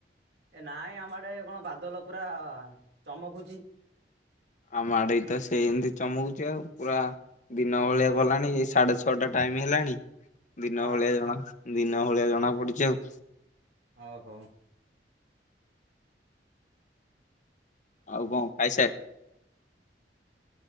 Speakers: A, on the right (about 65°); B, on the left (about 45°).
A: ଏ ନାଇଁ ଆମ ଆଡେ କଣ ବାଦଲ ପୁରା ଚମକୁଚି?
B: ଆମ ଆଡେଇ ତ ସେ ଏମିତି ଚମକୁଚି ଆଉ ପୁରା ଦିନ ଓଳିଆ ଗଲାଣି ଏ ସାଢେ ଛଅଟା ଟାଇମ ହେଲାଣି। ଦିନ
A: ହଁ
B: ଭଳିଆ ଜଣା ଦିନ ଭଳିଆ ଜଣା ପଡୁଛି ଆଉ।
A: ଓହୋ
B: ଆଉ କଣ ଖାଇସାର